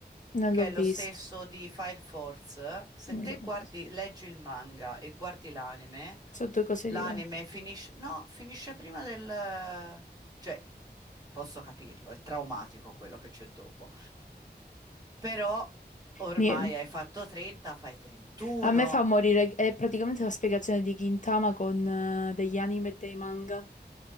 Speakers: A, on the left; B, on the right.
A: Non
B: che
A: l'ho
B: è lo
A: visto,
B: stesso di Fire Force, se
A: non
B: te
A: l'ho
B: guardi,
A: visto.
B: leggi il manga e guardi l'anime,
A: Sono due cose
B: l'anime
A: diverse.
B: finisce, no, finisce prima del, cioè, posso capirlo, è traumatico quello che c'è dopo, però ormai
A: Mi-
B: hai fatto 30, fai 31,
A: a me fa morire, è praticamente la spiegazione di Gintama con eh, degli anime e dei manga,